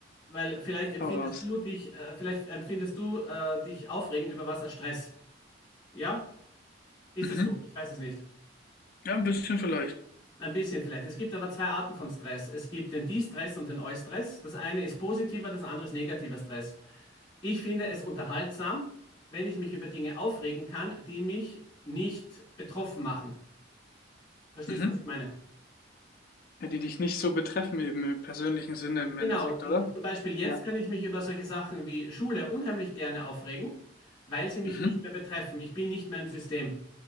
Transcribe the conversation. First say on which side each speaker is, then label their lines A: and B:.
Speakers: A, on the left (about 20°); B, on the left (about 45°).
A: weil vielleicht empfindest
B: hau raus.
A: du dich, äh, vielleicht empfindest du äh, dich aufregen über was als Stress. Ja? Ist
B: Mhm.
A: es so? Ich weiß es nicht.
B: Ja, ein bisschen vielleicht.
A: Ein bisschen vielleicht. Es gibt aber zwei Arten von Stress. Es gibt den De-Stress und den Eu-Stress. Das eine ist positiver, das andere ist negativer Stress. Ich finde es unterhaltsam, wenn ich mich über Dinge aufregen kann, die mich nicht betroffen machen. Verstehst
B: Mhm.
A: du, was ich meine?
B: Ja, die dich nicht so betreffen, eben im persönlichen Sinne im Endeffekt,
A: Genau, i-
B: oder?
A: zum Beispiel jetzt
B: Ja.
A: kann ich mich über solche Sachen wie Schule unheimlich gerne aufregen, weil sie mich
B: Mhm.
A: nicht mehr betreffen. Ich bin nicht mehr im System.